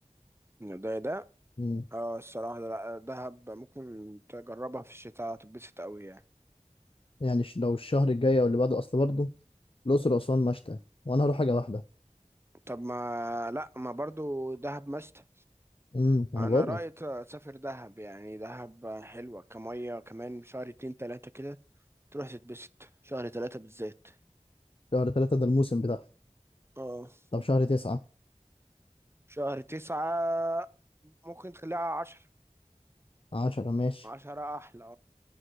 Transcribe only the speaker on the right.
ده ده
اه الصراحة ده- لا دهب ممكن تجربها في الشتاء هتتبسط قوي يعني
طب ما لا ما برضو دهب مست
انا
رأيي
تسافر دهب يعني دهب حلوة كمية كمان شهر اتنين تلاتة كده تروح تتبسط شهر تلاتة بالذات
اه
شهر تسعة ممكن تخليها عشرة
عشرة أحلى